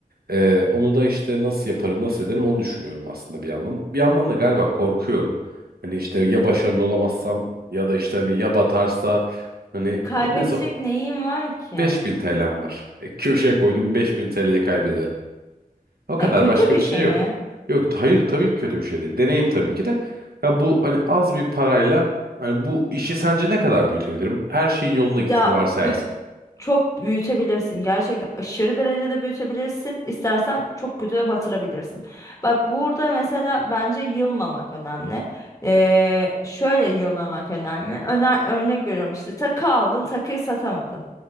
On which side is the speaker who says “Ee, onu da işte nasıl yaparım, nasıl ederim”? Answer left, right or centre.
Right